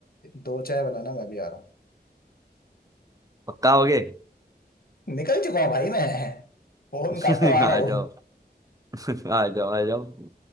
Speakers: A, on the left; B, on the right.
A: दो चाय बनाना मैं भी आ रहा
B: पक्का हो गए
A: हूँ निकल चुका हूँ भाई मैं फोन
B: <laughs>
A: काटो आ रहा
B: आ जाओ
A: हूँ
B: <laughs> आ जाओ आ जाओ